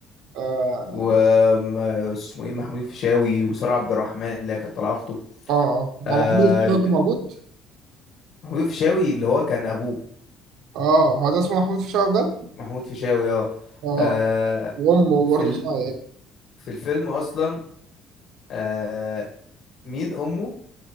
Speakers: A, on the right; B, on the left.
A: أه
B: وما اسمه ايه محمود الفيشاوي وسارة عبد الرحمن اللي هي كانت طالعه اخته
A: أه أه
B: آه
A: هو محمود الفيشاوي
B: ال-
A: كان
B: ال-
A: موجود؟
B: محمود الفيشاوي اللي هو كان ابوه
A: أه هو ده اسمه محمود الفيشاوي ده؟
B: محمود الفيشاوي اه
A: أه
B: آه،
A: وأمه
B: في
A: برضه
B: ال...
A: اسمها إيه؟
B: في الفيلم اصلا آه مين امه